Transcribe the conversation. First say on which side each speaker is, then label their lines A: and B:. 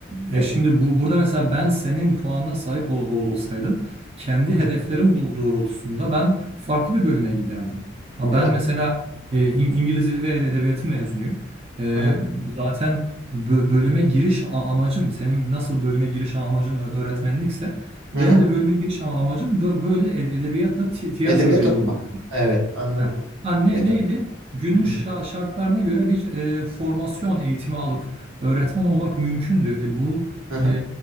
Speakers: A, on the right; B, on the right.
A: Ee,
B: E,
A: E şimdi bu burada mesela ben senin puanına sahip ol- ol- olsaydım kendi
B: hı. hı.
A: hedeflerim doğ- doğrultusunda ben farklı bir bölüme giderdim. Ha
B: evet.
A: ben mesela e, İng- İngiliz Dili ve Edebiyatı mezunuyum. E,
B: Hı hı.
A: zaten bö- bölüme giriş a- amacım senin nasıl bölüme giriş a- amacın ö- öğretmenlikse
B: Hı
A: benim
B: hı.
A: de bölüme giriş ama amacım bö- böyle ed- edebiyatla ti- tiyatro
B: Edebiyat
A: ile
B: okumak.
A: ilgili.
B: Evet anladım.
A: Ha. Ha, ne,
B: E tabii.
A: neydi? Günün
B: Hı
A: şa-
B: hı,
A: şartlarına göre bir e, formasyon eğitimi alıp öğretmen olmak mümkündü. E, bu
B: hı. hı.
A: e,